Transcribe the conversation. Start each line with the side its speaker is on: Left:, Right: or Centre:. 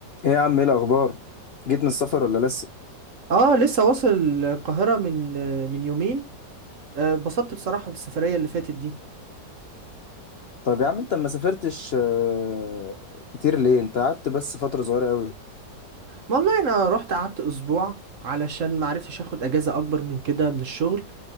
Left: ايه يا عم ايه الاخبار جيت من السفر ولا لسه
Right: اه لسه واصل القاهرة من من يومين آه، اتبسطت بصراحة بالسفرية اللي فاتت دي
Left: طب يا عم انت ما سافرتش آه، كتير ليه انت قعدت بس فتره صغيره قوي
Right: ما والله انا رحت قعدت اسبوع علشان ما عرفتش اخد اجازة اكبر من كده من الشغل